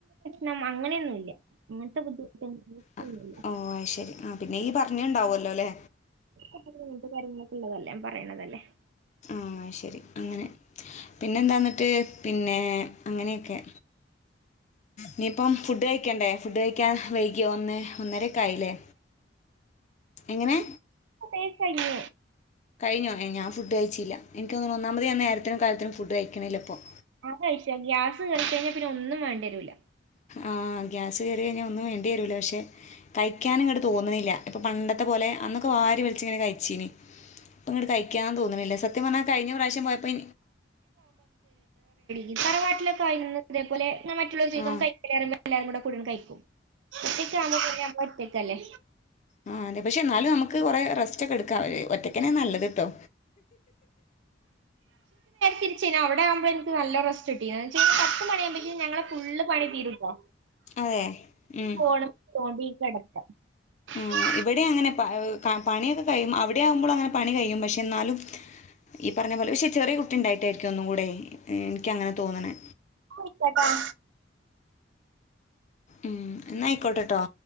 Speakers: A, on the right; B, on the left.
A: നംഅങ്ങനെയൊന്നുല്ല. അങ്ങനത്തെ ബുദ്ധിമുട്ട് ബുദ്ധിമൂട്ടൊന്നുല്ല
B: ആ, ഓ അത് ശരി ആ പിന്നെ ഈ പറഞ്ഞുണ്ടാവുമല്ലോ അല്ലേ
A: <unintelligible> പറിണതല്ലേ?
B: ആ ശരി അങ്ങനെ പിന്നെന്താന്നട്ട്? പിന്നെ അങ്ങനെയൊക്കെ ഇനിപ്പം ഫുഡ് കഴി ക്കണ്ടേ? ഫുഡ് കഴിക്കാൻ വൈകിയോ ഒന്നെ ഒന്നരക്കായില്ലേ? എങ്ങനെ?
A: <unintelligible> കയ്ഞ്ഞു
B: കഴിഞ്ഞോ? ഞാൻ ഫുഡ്കഴിച്ചില്ല. എനിക്ക്ഒന്നാമതേ ഞാൻനേരത്തിനും കാലത്തിലും ഫുഡ് കഴിക്ണില്ല ഇപ്പം
A: ഞാൻ കഴിച്ചു ഗ്യാസ് കേറി കഴിഞ്ഞാൽ പിന്നെ ഒന്നും വേണ്ടി വരൂല്ല.
B: ആ ഗ്യാസ് കയറി കഴിഞ്ഞാൽ ഒന്നും വേണ്ടി വരുല്ല. പക്ഷെ കഴിക്കാൻ ഇങ്ങട്ട് തോന്ന് ണില്ല. ഇപ്പം പണ്ടത്തെ പോലെ അന്നൊക്കെ വാരി വിലിച്ചങ്ങനെ കഴിച്ചീനി ഇപ്പം ങ്ങട് കഴി ഴിക്കാൻ തോന്നണില്ല സത്യം പറഞ്ഞാൽ കഴിഞ്ഞ പ്രാവശ്യം പോയപ്പം
A: ഈ തറവാട്ടിലക്കെ ഇതേ പോലെ മറ്റുള്ളവര് ചോദിക്കുംകഴിക്കുന്നില്ലേ
B: ആ
A: എല്ലാരും കൂടെ കഴിക്കും. എറ്റിക്ക ആനിക്കന്ന നമള് ഒറ്റക്കല്ലേ
B: ആഹ് അതെ പക്ഷേ എന്നാലും നമുക്ക് കുറെ റെസ്റ്റ് ഒക്കെ എടുക്കാവെ ഒറ്റക്കനെ നല്ലത്ട്ടോ
A: തിരിച്ചഴിഞ്ഞ അവിടെആവുമ്പോ എനിക്ക് നല്ല റസ്റ്റ്‌ തന്നെയാ കഴിഞ്ഞ പത്ത്ണിയുമ്പഴേക്കും ഞങടെ ഫുള്ള് പണി തീരുമ്പോ
B: അതെ ഉം.
A: ഫോണി തോണ്ടികിടക്കാം
B: ആ
A: ഉ <unintelligible>
B: ഇവിടെ അങ്ങനെ പണിയൊക്കെ കഴിയും അവിടെ ആവുമ്പോളും അങ്ങനെ പണി കഴിയും പക്ഷെ എന്നാലും ഈ പറഞ്ഞപോലെ പക്ഷെ ചെറിയ കുട്ടി ഉണ്ടായിട്ടായിരിക്കും ഒന്നും കൂടെ എനിക്കങ്ങനെ തോനണെ
A: കിടക്കാം
B: ഉം എന്നായിക്കോട്ടെട്ടോ